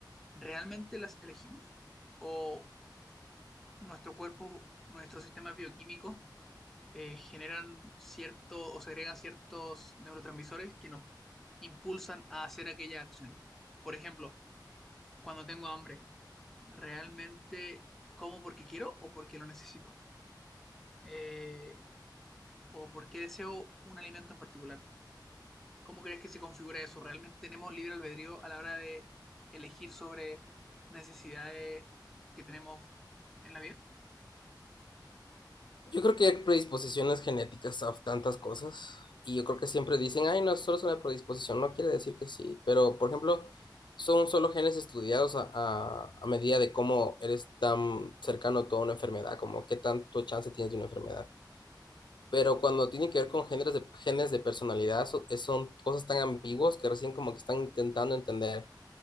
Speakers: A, in the centre; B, on the left.
A: ¿Realmente las elegimos? ¿O nuestro cuerpo, nuestros sistemas bioquímicos eh, generan cierto o segregan ciertos neurotransmisores que nos impulsan a hacer aquellas acciones. Por ejemplo, cuando tengo hambre, ¿realmente como porque quiero o porque lo necesito? Eh, ¿o porque deseo un alimento en particular? ¿Cómo crees que se configura eso? ¿Realmente tenemos libre albedrío a la hora de elegir sobre necesidades que tenemos en la vida?
B: Yo creo que hay predisposiciones genéticas a tantas cosas y yo creo que siempre dicen, ay, no, solo es una predisposición, no quiere decir que sí, pero por ejemplo, son solo genes estudiados a, a- a medida de cómo eres tan cercano a toda una enfermedad, como qué tanto chance tienes de una enfermedad. Pero cuando tiene que ver con géneros de, genes de personalidad, so- es- son cosas tan ambiguas que recién como que están intentando entender